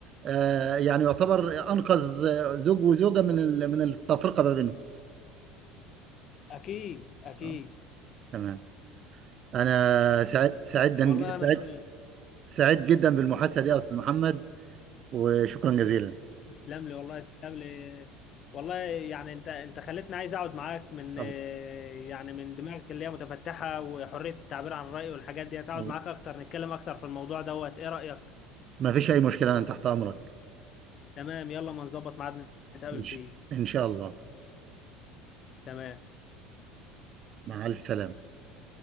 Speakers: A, on the right; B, on the left.
A: آه، يعني يعتبر أنقذ آه، زوج وزوجة من ال- من التفرقة ما بينهم
B: اكيد اكيد
A: آه، تمام أنا سعيد سعيد دن-
B: والله انا
A: سعيد
B: شو...
A: سعيد جدا بالمحادثة دي يا أستاذ محمد وشكرا جزيلا
B: تسلم لي والله تسلم لي والله يعني انت انت خلتني عايز اقعد معاك من
A: الله
B: يعني من دماغك اللي هي متفتحة وحرية التعبير عن الرأي والحاجات دي اقعد
A: الله
B: معاك اكتر نتكلم اكتر في الموضوع دوت ايه رأيك
A: ما فيش أي مشكلة أنا تحت أمرك
B: تمام يلا ما نظبط ميعاد نتقابل
A: إن ش-
B: فيه
A: إن شاء الله
B: تمام
A: مع ألف سلامة